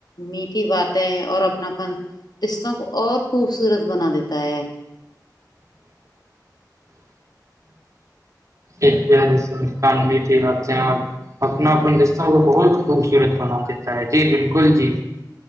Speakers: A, on the left (about 65°); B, on the right (about 45°).
A: می کی باتیں ہے اور اپنا اپن رشتوں کو اور خوبصورت بنا دیتا ہے
B: ایک پیاری سےان میھی بات ہیں اپنا اپن رشہ کو بہت خوبصورت بنا دیتا ہے جی بالکل جی